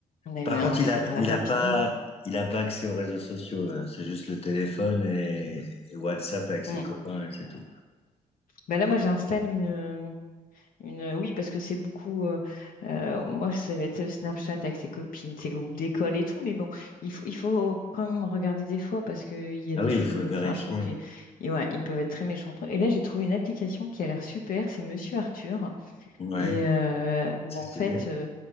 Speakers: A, on the left; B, on the left.
A: on a eu
B: Par
A: un
B: contre,
A: assez
B: il a,
A: ra-
B: il
A: rapidement.
B: a pas, il a pas accès aux réseaux sociaux. hein. C'est juste le téléphone et, et WhatsApp avec ses
A: Mm.
B: copains, et c'est tout.
A: Ben là, moi, j'installe une, une. Oui, parce que c'est beaucoup. euh, euh, moi, ça va être euh, Snapchat avec ses copines, ses groupes d'école et tout. Mais bon, il faut, il faut quand même regarder des fois parce qu'il y a
B: Ah
A: des
B: oui,
A: choses.
B: il faut le vérifier.
A: Enfin, je trouve qu'ils ils ouais, ils peuvent être très méchants entre eux. Et là, j'ai trouvé une application qui a l'air super. C'est Monsieur Arthur.
B: Ouais,
A: et euh, où
B: ça
A: en fait
B: c'est bien.
A: euh,